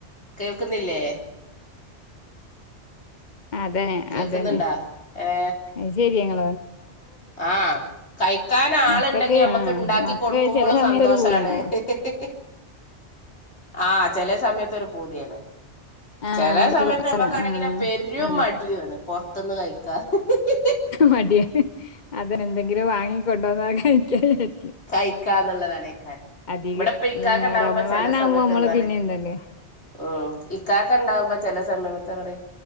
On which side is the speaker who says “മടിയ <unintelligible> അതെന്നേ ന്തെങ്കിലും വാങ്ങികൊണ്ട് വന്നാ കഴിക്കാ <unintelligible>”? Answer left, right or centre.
Left